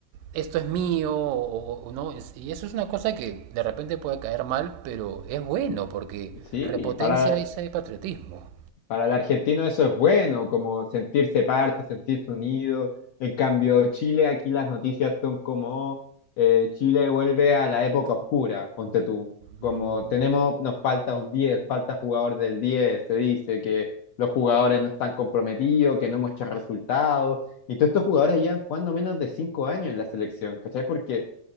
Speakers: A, on the right; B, on the left.
A: esto es mío, o- o- ¿no? Es- Y eso es una cosa que de repente puede caer mal, pero es bueno porque
B: Sí,
A: repotencia
B: para...
A: ese patriotismo.
B: Para el argentino eso es bueno, como sentirse parte, sentirse unido. En cambio, Chile, aquí las noticias son como oh, eh, Chile vuelve a la época oscura, ponte tú. Como
A: Mm,
B: tenemos, nos falta un diez falta jugador del diez se dice que los jugadores no están comprometidos, que no muestran resultados. Y todos estos jugadores llevan jugando menos de 5 años en la selección, ¿cachai? Porque